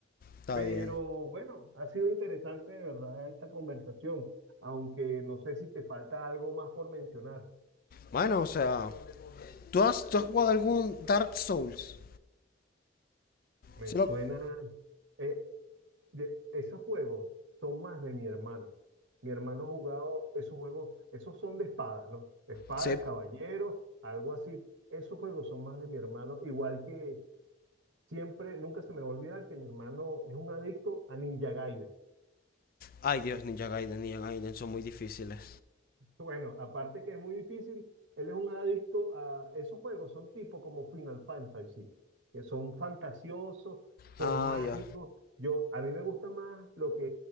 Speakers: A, on the left; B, on the right.
A: está
B: Pero
A: bien.
B: bueno, ha sido interesante, de verdad, esta conversación. Aunque no sé si te falta algo más por mencionar.
A: Bueno, o sea, ¿tú has, tú has jugado algún Dark Souls?
B: Me
A: Solo...
B: suena, eh, de- esos juegos son más de mi hermano. Mi hermano ha jugado esos juegos, esos son de espadas, ¿no? Espadas,
A: Sí.
B: caballeros, algo así. Esos juegos son más de mi hermano, igual que Siempre, nunca se me va a olvidar que mi hermano es un adicto a Ninja Gaiden.
A: Ay, Dios, Ninja Gaiden, Ninja Gaiden son muy difíciles.
B: Bueno, aparte que es muy difícil, él es un adicto a esos juegos, son tipo como Final Fantasy, que son fantasiosos, son
A: Ah,
B: mágicos.
A: ya.
B: Yo, a mí me gusta más lo que